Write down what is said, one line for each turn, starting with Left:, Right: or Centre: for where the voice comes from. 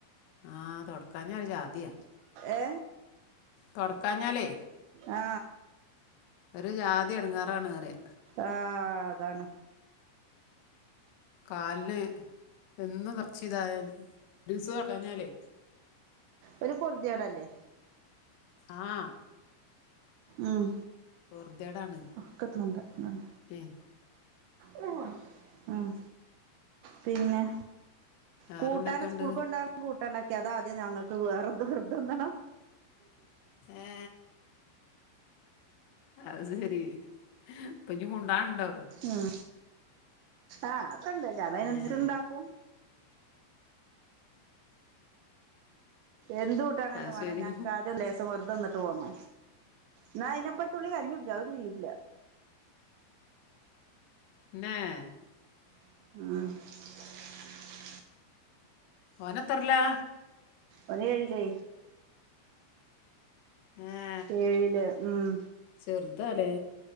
Left: ആ തൊടക്കാ ഞാ ഒരു ജാതിയ.
Right: ഏ
Left: തൊടക്കാഞ്ഞാലേ.
Right: ആ
Left: ഒരു ജാതി എടങ്ങാറാണ്റിയ.
Right: ആ അതാണ്.
Left: കാലിന് എന്നും നിറച്ച് ഇതായ രിസ്സ്‌ കാട്ടാഞ്ഞാലേ
Right: ഒര് പൊർത്യേടല്ലേ
Left: ആ
Right: ഉം
Left: വെറുതേടാണ്
Right: ഒക്ക തിന്നണ്ട ഇങ്ങട്
Left: പി-
Right: കൊണ്ട ഉം പിന്നെ
Left: വേറെന്തൊക്കെയുണ്ട്
Right: കൂട്ടാന് സ്കൂൾക്ക് കൊണ്ടാവാൻ കൂട്ടണ്ടാക്കി. അതാ ആദ്യം ഞങ്ങൾക്ക് വേറെന്ത് വിർത് ന്നണം.
Left: ഏ അത് സരി ഇപ്പഞ്ഞി കൂണ്ടാണ് ണ്ടോ?
Right: ഉം ആ അക്കൊണ്ട് ഞാൻ അയ്നനുസരിച്ച്
Left: ഏ
Right: ഇണ്ടാക്കും. എന്ത് കൂട്ടാണെന്നും
Left: അത്
Right: വേണം
Left: ശരി
Right: ഞങ്ങക്ക് ആദ്യം ലേസം വെറുത തിന്നിട്ട് പോണോ. ന്ന അയ്നൊപ്പരുതുള്ളി കഞ്ഞി കുടിച്ച അതൊന്നും ചെയ്യൂല.
Left: എനേ
Right: ആ
Left: ഓൻ എത്തർലാ.
Right: ഓൻ ഏഴില്.
Left: ഏ
Right: ഏഴില് ഉം.
Left: ചെറുതാലേ